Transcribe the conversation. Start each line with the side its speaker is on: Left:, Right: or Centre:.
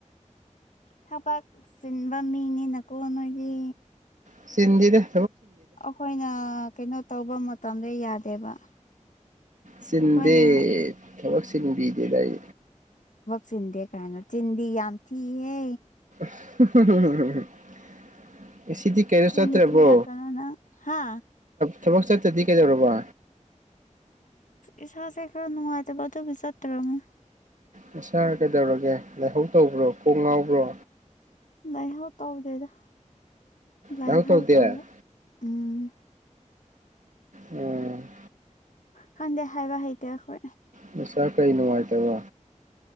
Left: ꯊꯕꯥꯛ ꯆꯤꯟꯕ ꯃꯤꯅꯤꯅꯀꯣ ꯅꯣꯏꯗꯤ
Right: ꯁꯤꯁꯤꯡꯗꯤꯗ
Left: ꯑꯩꯈꯣꯏꯅ ꯀꯩꯅꯣ ꯇꯧꯕ ꯃꯇꯝꯗ ꯌꯥꯗꯦꯕ
Right: ꯁꯤꯟꯗꯦ
Left: ꯑꯩꯈꯣꯏꯅ
Right: ꯊꯕꯛ ꯁꯤꯟꯕꯤꯗꯦꯗꯏ
Left: ꯁꯤꯗꯦ ꯀꯥꯏꯅ ꯆꯤꯟꯗꯤꯤ ꯌꯥꯝ ꯊꯤꯍꯦ
Right: <unintelligible> ꯁꯤꯗꯤ ꯀꯩꯁꯨꯣ
Left: ꯆꯤꯟ
Right: ꯆꯠꯇ꯭ꯔꯦꯕꯣ
Left: ꯊꯤꯔꯛꯀꯅꯨ ꯅꯪ ꯍꯥ
Right: ꯊꯕꯛ ꯆꯠꯇ꯭ꯔꯗꯤ ꯀꯩꯗꯧꯔꯕ
Left: ꯏꯁꯥꯥꯁꯦ ꯈꯔ ꯅꯨꯡꯉꯥꯏꯇꯕ ꯑꯗꯨꯒꯤ ꯆꯠꯇ꯭ꯔꯅꯦ
Right: ꯃꯁꯥꯔ ꯀꯩꯗꯧꯔꯒꯦ ꯂꯥꯏꯍꯧ ꯇꯧꯕ꯭ꯔꯣ ꯀꯣꯡ ꯉꯥꯎꯕ꯭ꯔꯣ
Left: ꯂꯥꯏꯍꯥꯎ ꯇꯧꯗꯦꯗ ꯂꯥꯏꯍꯥꯎ
Right: ꯀꯩꯅꯣ ꯇꯧꯗꯦ
Left: ꯇꯧꯕ ꯎꯝ
Right: ꯎꯝ
Left: ꯀꯥꯟꯗꯦ ꯍꯥꯏ ꯍꯥꯏꯕ ꯍꯥꯏꯇꯈ
Right: ꯅꯁꯥ ꯀꯩ ꯅꯨꯡꯉꯥꯏꯇꯕ